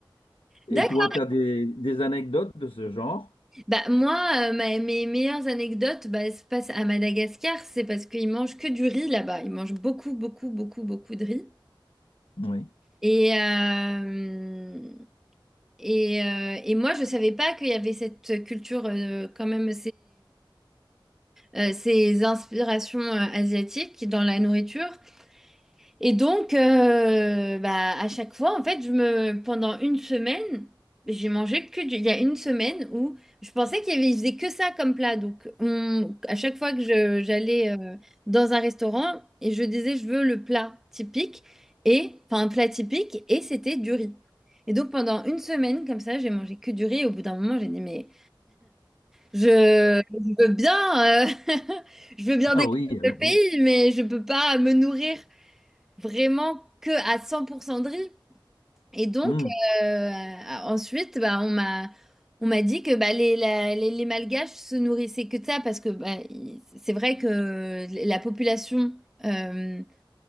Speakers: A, on the left; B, in the centre.
A: Et
B: <laughs> D'accord.
A: toi, tu as des... des anecdotes de ce genre?
B: Bah moi, euh, ma- mes meilleures anecdotes, bah, se passent à Madagascar, c'est parce qu'ils mangent que du riz là-bas. Ils mangent beaucoup, beaucoup, beaucoup, beaucoup de riz.
A: Oui.
B: Et euh, et, euh, et moi, je savais pas qu'il y avait cette culture euh, quand même. euh, ces inspirations euh, asiatiques dans la nourriture. Et donc, euh, bah, à chaque fois, en fait, je me, pendant une semaine, j'ai mangé que du... Il y a une semaine où je pensais qu'il y avait, ils faisaient que ça comme plat. Donc, on- à chaque fois que je- j'allais euh, dans un restaurant et je disais, je veux le plat typique, et, enfin, un plat typique, et c'était du riz. Et donc, pendant une semaine, comme ça, j'ai mangé que du riz. Et au bout d'un moment, j'ai dit, mais... Je, je veux bien, euh, <laughs> je veux bien
A: Ah
B: découvrir
A: oui, alors
B: le pays,
A: là.
B: mais je peux pas me nourrir vraiment que à 100% de riz. Et donc,
A: Hmm.
B: euh, ensuite, bah, on m'a, on m'a dit que bah, les, la- les, les Malgaches se nourrissaient que de ça, parce que bah, il- c'est vrai que la population, euh,